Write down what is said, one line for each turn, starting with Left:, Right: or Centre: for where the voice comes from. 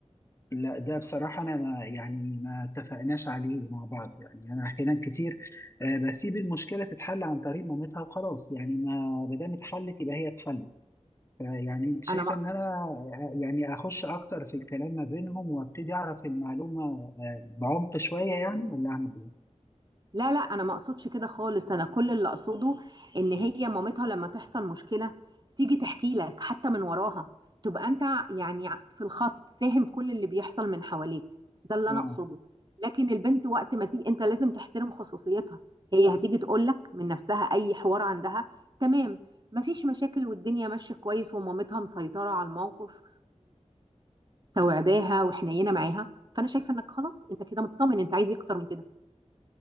Left: لا ده بصراحة أنا ما يعني ما اتفقناش عليه مع بعض يعني أنا أحيانا كتير آه، بسيب المشكلة تتحل عن طريق مامتها وخلاص يعني ما ما دام اتحلت يبقى هي اتحلت يعني أنت شايفة
Right: انا
Left: إن أنا آه، يعني أخش أكتر في الكلام ما بينهم وأبتدي أعرف المعلومة آه، بعمق شوية يعني ولا أعمل إيه؟
Right: لا لا انا ما اقصدش كده خالص انا كل اللي اقصده ان هي مامتها لما تحصل مشكله تيجي تحكي لك حتى من وراها تبقى انت يعني في الخط فاهم كل اللي بيحصل من حواليك ده اللي
Left: آه
Right: انا اقصده لكن البنت وقت ما تيجي انت لازم تحترم خصوصيتها هي هتيجي تقول لك من نفسها اي حوار عندها تمام مفيش مشاكل والدنيا ماشيه كويس ومامتها مسيطره على الموقف ومستوعباها وحنينه معاها فانا شايفه انك خلاص انت كده مطمن انت عايز إيه اكتر من كده